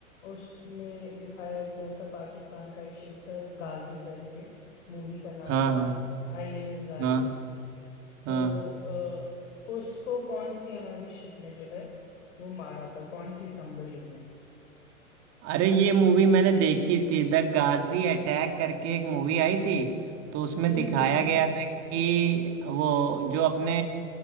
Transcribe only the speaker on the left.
उसमें दिखाया गया था पाकिस्तान का एक शिप था गाजी करके मूवी का नाम
था
आईएनएस गाजी
तो
अ, उसको कौन सी हमारी शिप ने जो है वो मारा था कौन सी सबमरीन ने
जी
जी जी
जी